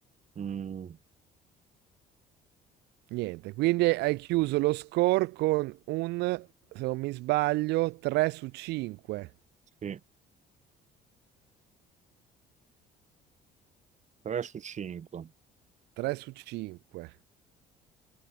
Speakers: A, on the right; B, on the right.
A: Mm,
B: Niente, quindi hai chiuso lo score con un, se non mi sbaglio, 3 su 5.
A: sì. 3 su 5.
B: 3 su 5.